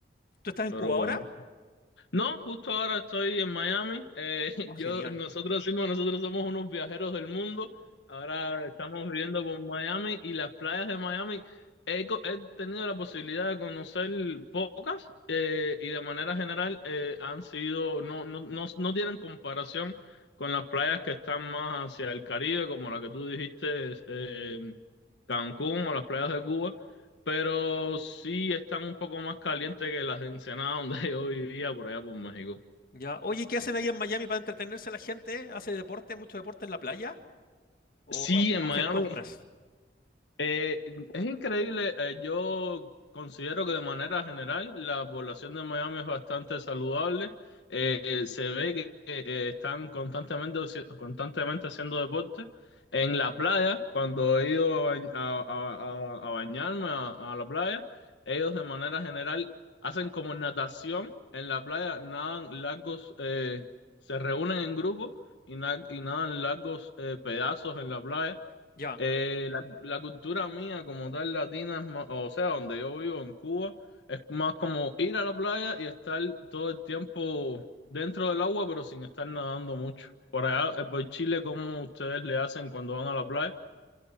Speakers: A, on the left; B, on the left.
A: ¿Tú estás en
B: pero
A: Cuba ahora?
B: bueno. No, justo ahora estoy en Miami. Eh,
A: Oh,
B: <laughs>
A: genial.
B: yo, nosotros decimos, nosotros somos unos viajeros del mundo. Ahora estamos viviendo por Miami y las playas de Miami. He, co- he tenido la posibilidad de conocer pocas eh, y de manera general eh, han sido, no, no, no, no tienen comparación con las playas que están más hacia el Caribe, como la que tú dijiste, eh, Cancún o las playas de Cuba pero sí están un poco más calientes que las de Ensenada donde <laughs> yo vivía por allá por México.
A: Ya. Oye, ¿qué hacen ahí en Miami para entretenerse la gente? ¿Hace deporte, mucho deporte en la playa? ¿O
B: Sí, en
A: o
B: Miami
A: hacen compras?
B: Eh, es increíble, eh, yo considero que de manera general la población de Miami es bastante saludable, eh, eh, se ve que eh, están constantemente, haci- constantemente haciendo deporte. En la playa, cuando he ido a, bañ- a- a- a- a bañarme a, a la playa, ellos de manera general hacen como natación en la playa, nadan largos, eh, se reúnen en grupo y, na- y nadan largos eh, pedazos en la playa.
A: Ya.
B: Eh, la, la cultura mía como tal latina es más, o sea, donde yo vivo en Cuba, es más como ir a la playa y estar todo el tiempo dentro del agua, pero sin estar nadando mucho. Por allá, eh, por Chile, ¿cómo ustedes le hacen cuando van a la playa?